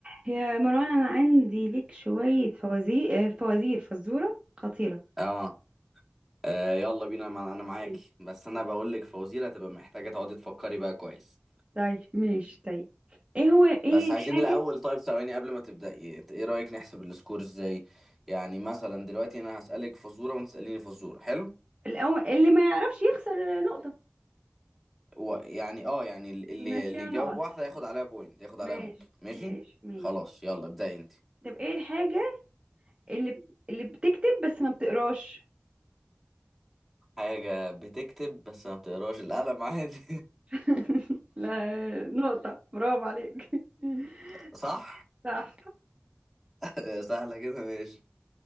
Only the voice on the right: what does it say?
هي مروان انا عندي لك شوية فوازير فوازير فزورة خطيرة
ماشي
طيب ماشي طيب ايه هو ايه
الحاجة
الأو- اللي ما يعرفش يخسر نقطة
بنمشيها
نقط
ماشي
ماشي ماشي
طب ايه الحاجة اللي اللي بتكتب بس ما بتقراش
<laughs> لا نقطة برافو عليك <laughs>
صح